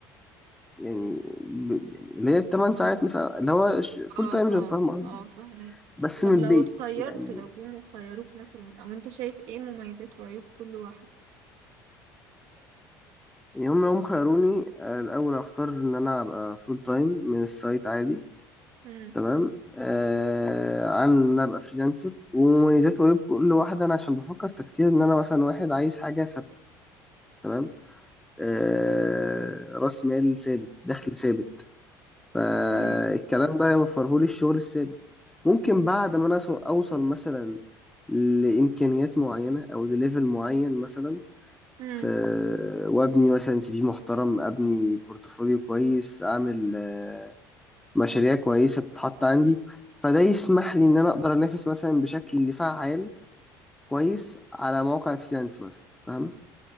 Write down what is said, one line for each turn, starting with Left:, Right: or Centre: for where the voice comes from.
Centre: يعني ب- يعني اللي هي الثمان ساعات مثلا اللي هو فول
Right: اه
Centre: تايم جوب فاهم
Right: اه
Centre: قصدي
Right: اه فاهمك
Centre: بس
Right: طب
Centre: من البيت
Right: لو اتخيرت
Centre: يعني
Right: لو جم خيروك مثلا او انت شايف ايه مميزات وعيوب كل واحد
Centre: يوم يوم خيروني آه، الأول أختار إن أنا أبقى فول تايم من السايت عادي
Right: امم
Centre: تمام آه عن إن أنا أبقى فريلانسر ومميزات وعيوب كل واحدة أنا عشان بفكر تفكير إن أنا مثلا واحد عايز حاجة ثابتة تمام آه رأس مال ثابت دخل ثابت فالكلام
Right: ايوه
Centre: ده يوفرهولي الشغل الثابت ممكن بعد ما أنا أسو- أوصل مثلا لإمكانيات معينة أو لليفل معين مثلا
Right: امم
Centre: في وابني مثلا سي في محترم ابني بورتفوليو كويس اعمل آه، مشاريع كويسه تتحط عندي فده يسمح لي ان انا اقدر انافس مثلا بشكل فعال كويس على مواقع فريلانس مثلا فاهم